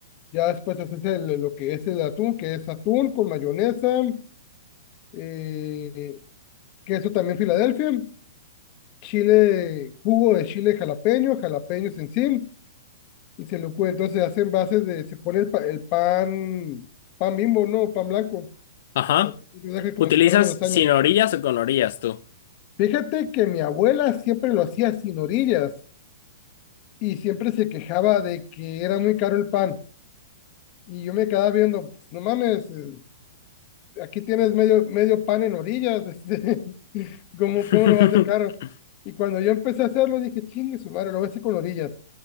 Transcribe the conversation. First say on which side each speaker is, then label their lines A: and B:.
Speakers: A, on the left; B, on the left.
A: Ya después haces el- lo que es el atún, que es atún con mayonesa, eh, queso también Filadelfia, chile, jugo de chile jalapeño, jalapeños en sí, y se lo cue- Entonces hacen bases de, se pone el, pa- el pan, pan bimbo, ¿no? Pan blanco,
B: Ajá.
A: así lo deja como
B: ¿Utilizas
A: si fuera una lasaña.
B: sin orillas o con orillas tú?
A: Fíjate que mi abuela siempre lo hacía sin orillas y siempre se quejaba de que era muy caro el pan. Y yo me quedaba viendo, pues, no mames, eh, aquí tienes medio, medio pan en orillas, <laughs> este, ¿cómo,
B: <laughs>
A: cómo no va a ser caro? Y cuando yo empecé a hacerlo, dije, chingue su madre, lo voy a hacer con orillas.